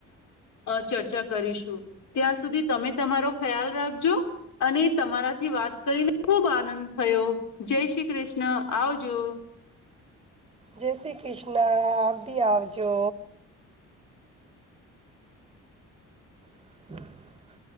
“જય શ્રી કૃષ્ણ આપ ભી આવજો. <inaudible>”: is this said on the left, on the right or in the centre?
Right